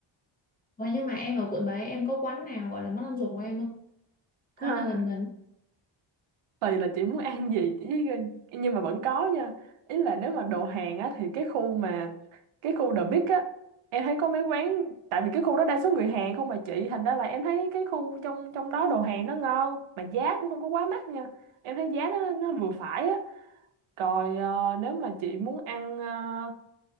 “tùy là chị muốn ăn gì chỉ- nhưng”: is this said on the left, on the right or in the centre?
Right